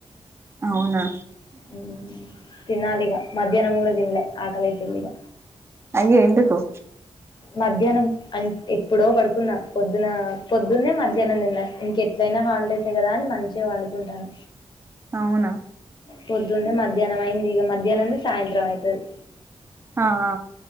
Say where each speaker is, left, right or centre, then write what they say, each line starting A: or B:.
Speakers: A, on the right (about 25°); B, on the left (about 45°).
A: అవునా
B: ఉం తినాలిగా మధ్యాహ్నం కూడా తినలే ఆకలి అయితాంధి ఇగ
A: అయ్యో ఎందుకో
B: మధ్యాహ్నం అంటే ఎప్పుడో పడుకున్నా పొద్దున పొద్దున్నే మధ్యాహ్నం తిన్న ఇంక ఎట్లయి న హాలిడేసే కదా అని మంచిగా పండు కుంటున్న
A: అవునా
B: పొద్దున్ది మధ్యాహ్నం అయింది ఇగ మధ్యాహ్న సాయంత్రం అయితది
A: ఆహా